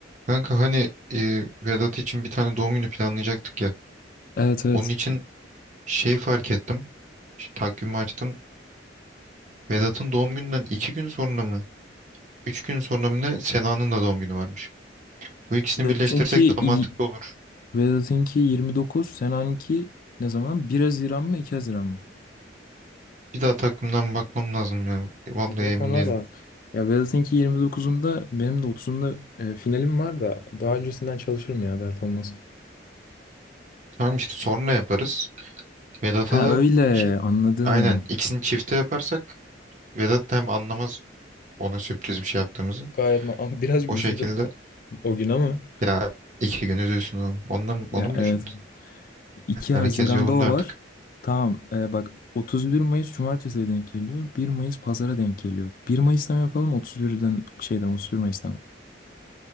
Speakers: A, on the right; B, on the left.
A: Kanka hani e, Vedat için bir tane doğum günü planlayacaktık ya.
B: Evet evet.
A: Onun için şey fark ettim. Ş- Takvimi açtım. Vedat'ın doğum gününden iki gün sonra mı? Üç gün sonra mı ne? Sena'nın da doğum günü varmış. Bu ikisini
B: Vedat'ınki
A: birleştirsek daha
B: y-
A: mantıklı olur.
B: Vedat'ınki 29. Senan'ınki ne zaman? Bir Haziran mı 2 Haziran mı?
A: Bir daha takvimden bakmam lazım ya. E, Vallahi
B: Bir bak
A: emin
B: ona
A: değilim.
B: da. Ya Vedat'ınki yirmi dokuzunda, benim de otuzunda e, finalim var da daha öncesinden çalışırım ya dert olmaz.
A: Tamam işte sonra yaparız. Vedat'a
B: Ha
A: da
B: öyle
A: çi-
B: anladım.
A: aynen ikisini çifte yaparsak Vedat da hem anlamaz ona sürpriz bir şey yaptığımızı.
B: Gayet ma- <laughs> ama biraz üzülür
A: O şekilde
B: o gün ama.
A: ya iki gün üzülsün o. Ondan,
B: Ya
A: onu mu
B: evet.
A: düşündün?
B: 2
A: Herkes
B: Haziran'da
A: yolunda
B: o
A: artık.
B: var. Tamam e, bak 31 Mayıs Cumartesi'ye denk geliyor. Bir Mayıs Pazar'a denk geliyor. Bir Mayıs'tan yapalım otuz bir'den şeyden 31 Mayıs'tan.